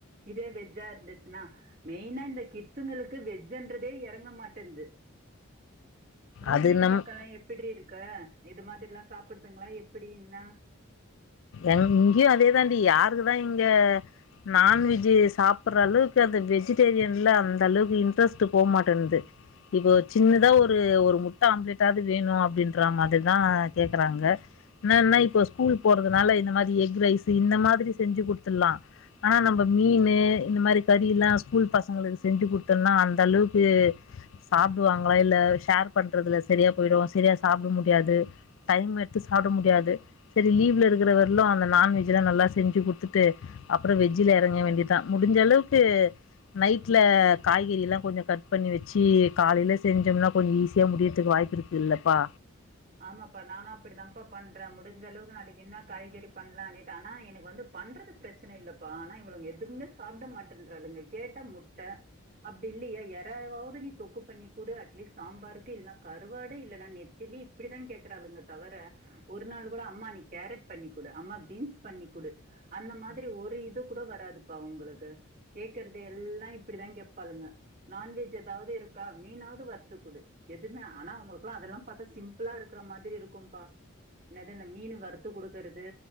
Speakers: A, on the right (about 40°); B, on the left (about 65°).
A: இதே வெஜ்ஜா இருந்துச்சுன்னா மெயினா இந்த கிட்ஸுங்களுக்கு வெஜ்ன்றதே இறங்க மாட்டேது உ
B: அது
A: வீட்டு
B: நம்
A: பக்கல்லா எப் எப்ட்ரி ‌ இருக்க எது மாதிரில்லா சாப்பிடுதுங்களா எப்பிடி என்ன
B: எங்க இங்கயு அதேதாண்டி யாருக்குதா இங்க நான்வெஜ் சாப்பிட்ற அளவுக்கு அந்த வெஜிடேரியன்ல அந்த அளவுக்கு இன்ட்ரெஸ்ட்டு போமாட்டேங்து இப்போ சின்னதா ஒரு ஒரு முட்ட ஆம்ப்லேட்டாவது வேணு அப்டின்ற மாரிதா கேக்குறாங்க என்னன்னா இப்ப ஸ்கூல் போறதுனால இந்த மாரி எக் ரைஸு இந்த மாரி செஞ்சு குடுத்துர்லா ஆனா நம்ம மீன் இந்த மாரி கறில்லா ஸ்கூல் பசங்களுக்கு செஞ்சு கொடுத்தோனா அந்த அளவுக்கு சாப்பிடுவாங்களா இல்ல ஷேர் பண்றதுல சரியா போயிடு செரியா சாப்பிட முடியாது டைம் எடுத்து சாப்ட முடியாது இது லீவ்ல இருக்கிறவரலு அந்த நான்வெஜ்லா நல்லா செஞ்சு குடுத்துட்டு அப்புற வெஜ்ஜில இறங்க வேண்டிய தா முடிஞ்ச அளவுக்கு நைட்ல காய்கறி எல்லா கொஞ்ச கட் பண்ணி வெச்சு காலேல செஞ்சோம்னா கொஞ்ச ஈஸியா முடியிறதுக்கு வாய்ப்பு இருக் இல்லப்பா
A: ஆமாப்பா நானு அப்டிதான்ப்பா பண்றே முடிஞ்சளவுக்கு நாளைக்கு என்ன காய்கறி பண்லானுட்டு ஆனா எனக்கு வந்து பண்றதுக் பிரச்சனை இல்லப்பா ஆனா இவ்ளவுங்க எதுவுமே சாப்பிட மாட்டேன்றாளுங்க கேட்டா முட்ட அப்டி இல்லயா எறாவாது நீ தொக்கு பண்ணி கூடு அட்லீஸ்ட் சாம்பாருக்கு இல்லன்னா கருவாடு இல்லன்னா நெத்திலி இப்டி தா கேக்குறாளுங்க தவிர ஒரு நாள் கூட அம்மா நீ கேரட் பண்ணி குடு அம்மா பீன்ஸ் பண்ணி் குடு அந்த மாரி ஒரு இது கூட வராதுப்பா உங்களுக்கு கேக்குறது எல்லா இப்படிதா கேட்பாளுங்க நான்வெஜ் எதாவது இருக்கா மீனாவது வறுத்து குடு எதுவுமே ஆனா அவுங்களுக்குல்லா அதெல்லாம் பாத்தா சிம்பி பில்லா இருக்கிற மாரி இருக்கும்பா என்னது அந்த மீன்னு வறுத்து குடுக்குறது